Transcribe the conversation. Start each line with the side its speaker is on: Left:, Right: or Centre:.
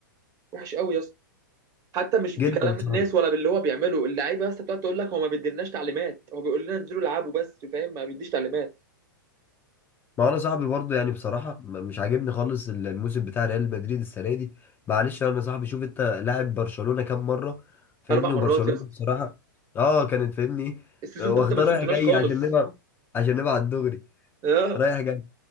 Right: وحش قوي يا اسطى حتى مش
Left: جدا
Right: بكلام
Left: يا صاحبي
Right: الناس ولا باللي هو بيعمله اللعيبه بس بتقعد تقول لك هو ما بيديلناش تعليمات هو بيقول لنا انزلوا العبوا بس فاهم ما بيديش تعليمات
Left: ما انا صاحبي برضو يعني بصراحه م- مش عاجبني خالص ال- الموسم بتاع ريال مدريد السنه دي معلش انا صاحبي شوف انت لاعب برشلونه كام مره فاهمني
Right: اربع مرات
Left: وبرشلونه
Right: يا اسطى
Left: بصراحه اه كانت فاهمني
Right: السيزون
Left: إيه، واخداه
Right: ده انت ما كسبتناش
Left: رايح جاي
Right: خالص
Left: عشان نبقى عشان نبقى على الدغري
Right: اه
Left: رايح جاي